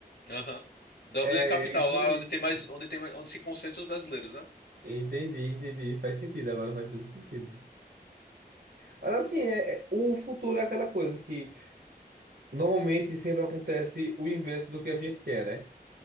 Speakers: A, on the left; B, on the right.
A: Aham. Dublin
B: É,
A: é a capital,
B: é isso
A: lá
B: mesmo.
A: é onde tem mais, onde tem mais, onde se concentram os brasileiros, né?
B: Entendi, entendi. Faz sentido, agora faz todo sentido. Mas assim, é, é- o futuro é aquela coisa que normalmente sempre acontece o inverso do que a gente quer, né?